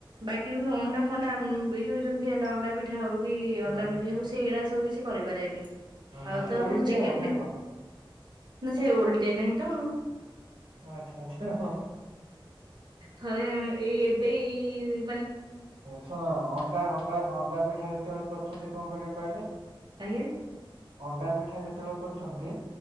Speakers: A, on the right; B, on the right.
A: ବାକି କିନ୍ତୁ ଅଣ୍ଡା ଫୋଣ୍ଡା ଏ ଯୋଉ ଯେମିତି ହେଲା ଅଣ୍ଡା ପିଠା ହଉ କି
B: ହଁ
A: ଅଣ୍ଡା ଭୁଜି ହଉ ସେଇଡା ସବୁ କିଛି କରିପାରେନି ଆଉ
B: ହଁ
A: ତ
B: ପୋଡିଦିଅ
A: ମୁ ଚିକେନ୍
B: ନା କଣ?
A: ନା ସେ ଓଲଟେ ନାହିଁ ତ
B: ଆଚଛା ଆଚଛା ହଁ।
A: ଥରେ ଏଇ ଏବେ ହିଁ
B: ଶୁଣ ଅଣ୍ଡା ଅଣ୍ଡା ଅଣ୍ଡା ପିଠା ଯେତେବେଳେ କରୁଛନ୍ତି କଣ କରିବି କହିଲେ।
A: ଆଜ୍ଞା।
B: ଅଣ୍ଡା ପିଠା ଯେତେବେଳେ କରୁଛନ୍ତି।